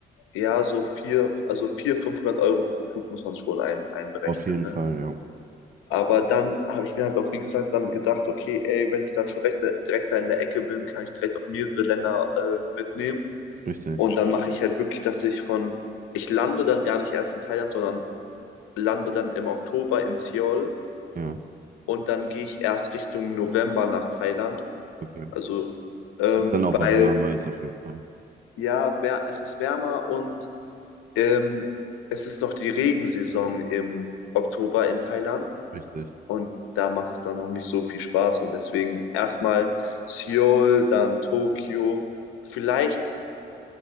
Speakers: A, on the left; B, on the right.
A: Ja, so vier, also vier, 500 Euro pro Flug muss man schon ein, einberechnen,
B: auf jeden
A: ne?
B: Fall, ja.
A: Aber dann habe ich mir halt auch, wie gesagt, dann gedacht, okay, ey, wenn ich dann schon direkt direkt da in der Ecke bin, kann ich direkt auch mehrere Länder äh, mitnehmen.
B: Richtig.
A: Und dann mache ich halt wirklich, dass ich von, ich lande dann gar nicht erst in Thailand, sondern lande dann im Oktober in Seoul
B: Ja,
A: und dann gehe ich erst Richtung November nach Thailand.
B: okay.
A: Also, ähm,
B: Ist dann auch was
A: weil,
B: wärmer ist auf jeden Fall.
A: ja, wär, es ist wärmer und Ähm, es ist noch die Regensaison im Oktober in Thailand
B: Richtig.
A: und da macht es dann noch nicht so viel Spaß und deswegen erstmal Seoul, dann Tokio. Vielleicht,